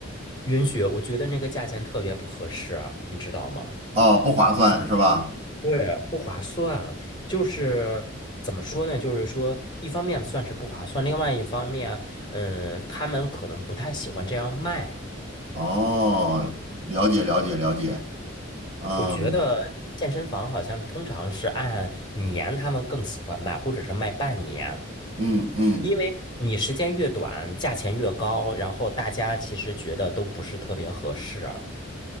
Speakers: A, on the left; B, on the right.
A: 允许，我觉得那个价钱特别不合适啊，你知道吗？
B: 啊、不划算是吧？
A: 对，不划算。就是怎么说呢？就是说，一方面算是不划算，另外一方面，嗯，他们可能不太喜欢这样卖。
B: 哦，了解了解了解，嗯
A: 我觉得健身房好像通常是按年，他们更喜欢卖，或者是卖半年，
B: 嗯嗯，
A: 因为你时间越短，价钱越高，然后大家其实觉得都不是特别合适啊。